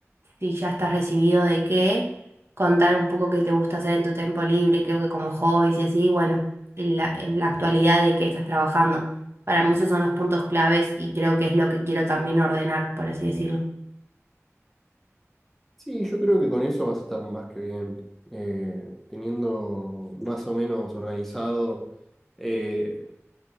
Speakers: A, on the right; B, in the centre.
A: si ya estás recibido de qué, contar un poco qué te gusta hacer en tu tiempo libre, creo que como hobbies y así, bueno, en la, en la actualidad de qué estás trabajando. Para mí esos son los puntos claves y creo que es lo que quiero también ordenar, por así decirlo.
B: Sí, yo creo que con eso vas a estar más que bien, eh, teniendo más o menos organizado eh,